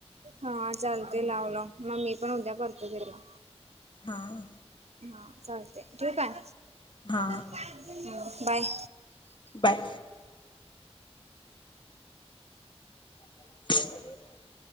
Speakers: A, on the right; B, on the left.
A: हा चालते, लाव - लाव. मग मी पण उद्या करतो तिला.
B: हां.
A: हा. चालतय. ठेऊ काय?
B: हां.
A: हा, बाय.
B: बाय. <inaudible>